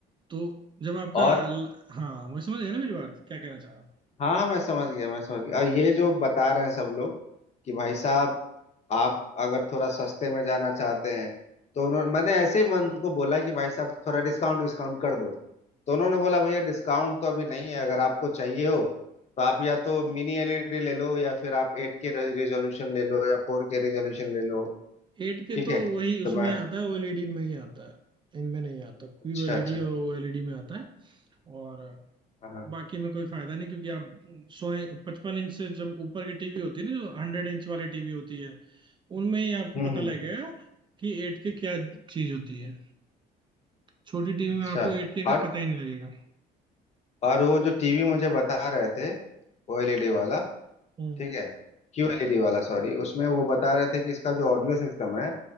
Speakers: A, on the right; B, on the left.
A: तो जब आपका
B: और
A: ल- हाँ वही समझ गए ना मेरी बात क्या कहना चाह रहा हूँ
B: हाँ हाँ, मैं समझ गया मैं समझ गया और ये जो बता रहे हैं सब लोग कि भाई साहब आप अगर थोड़ा सस्ते में जाना चाहते हैं तो उन्होंने मैंने ऐसे ही मन को बोला कि भाई साहब थोड़ा डिस्काउंट डिस्काउंट कर दो तो उन्होंने बोला भैया डिस्काउंट तो अभी नहीं है अगर आपको चाहिए हो तो आप या तो मिनी एलईडी ले लो या फिर आप एट के रेजोल्यूशन ले लो या फोर के रेजोल्यूशन ले लो
A: एट के
B: ठीक
A: तो
B: है
A: वही उसमें
B: तो मैं
A: ही आता है ओ एलईडी में ही आता है इनमें नहीं आता क्यू
B: अच्छा
A: एलईडी
B: अच्छा
A: और ओ एलईडी में आता है और
B: हाँ हाँ।
A: बाकी में कोई फायदा नहीं क्योंकि आप सोए पचपन इंच से जब ऊपर की टीवी होती है ना जो हंड्रेड इंच वाली टीवी होती है उनमें ही आपको
B: हम्म
A: पता
B: हम्म
A: लगेगा कि एट के क्या चीज होती है छोटी टीवी
B: अच्छा
A: में आपको एट के का
B: और
A: पता ही नहीं लगेगा
B: और वो जो टीवी मुझे बता रहे थे वो एलईडी वाला
A: हम्म
B: ठीक है क्यू एलईडी वाला सॉरी उसमें वो बता रहे थे कि इसका जो ऑडियो सिस्टम है